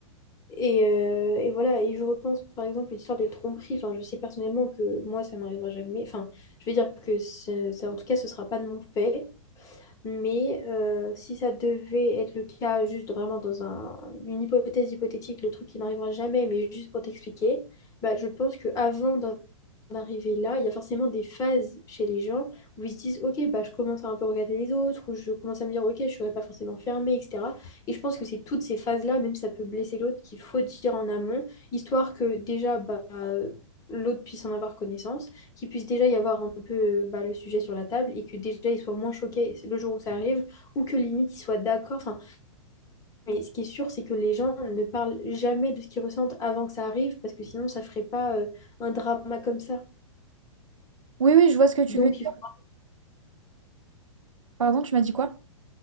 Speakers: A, on the left; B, on the right.
A: Et, euh, et voilà, et je repense par exemple à l'histoire des tromperies. Enfin, je sais personnellement que moi, ça m'arrivera jamais. Enfin, je veux dire que c'est, c'est- en tout cas, ce sera pas de mon fait. Mais euh, si ça devait être le cas, juste vraiment dans un, une hypothèse hypothétique, le truc qui n'arrivera jamais, mais juste pour t'expliquer, bah, je pense que avant en arriver là, il y a forcément des phases chez les gens où ils se disent, ok, bah, je commence à un peu regarder les autres, ou je commence à me dire, ok, je ne serai pas forcément fermée, etc. Et je pense que c'est toutes ces phases-là, même si ça peut blesser l'autre, qu'il faut dire en amont, histoire que déjà, bah, l'autre puisse en avoir connaissance, qu'il puisse déjà y avoir un peu euh, bah, le sujet sur la table, et que déjà, il soit moins choqué le jour où ça arrive, ou que limite, il soit d'accord. Enfin, mais ce qui est sûr, c'est que les gens ne parlent jamais de ce qu'ils ressentent avant que ça arrive, parce que sinon, ça ferait pas euh, un drama comme ça.
B: Oui, oui, je vois ce que tu
A: Donc,
B: veux dire.
A: il
B: Pardon, tu m'as dit quoi?